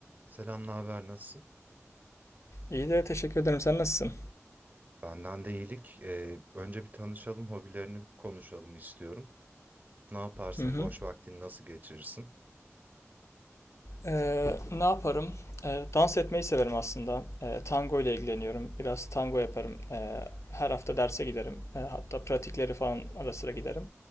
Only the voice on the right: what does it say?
Selam, ne haber, nasılsın?
Benden de iyilik. Ee, önce bir tanışalım, hobilerini konuşalım istiyorum. Ne yaparsın,
boş vaktini nasıl geçirirsin?